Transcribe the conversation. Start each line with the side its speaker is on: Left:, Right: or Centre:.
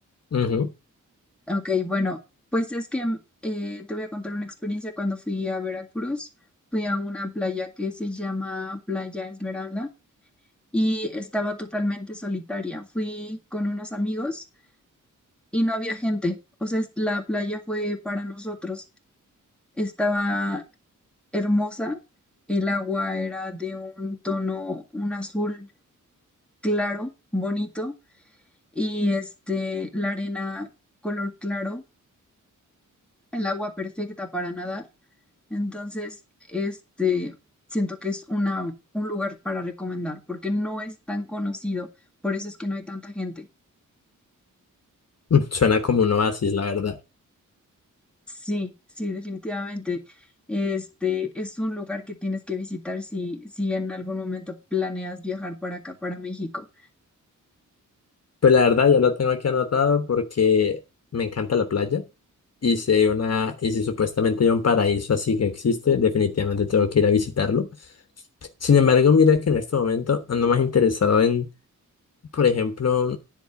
Left: ujú,
Centre: Ok, bueno, pues es que eh, te voy a contar una experiencia cuando fui a Veracruz. Fui a una playa que se llama Playa Esmeralda y estaba totalmente solitaria. Fui con unos amigos y no había gente. O sea, es- la playa fue para nosotros. Estaba hermosa. El agua era de un tono, un azul claro, bonito, y este, la arena color claro, el agua perfecta para nadar. Entonces, este, siento que es una, un lugar para recomendar porque no es tan conocido, por eso es que no hay tanta gente.
Left: <laughs> mm, Suena como un oasis, la verdad.
Centre: Sí, sí, definitivamente. Este es un lugar que tienes que visitar si, si en algún momento planeas viajar para acá, para México.
Left: Pues la verdad ya lo tengo aquí anotado porque me encanta la playa y si hay una, y si supuestamente hay un paraíso así que existe, definitivamente tengo que ir a visitarlo. Sin embargo, mira que en este momento ando más interesado en, por ejemplo,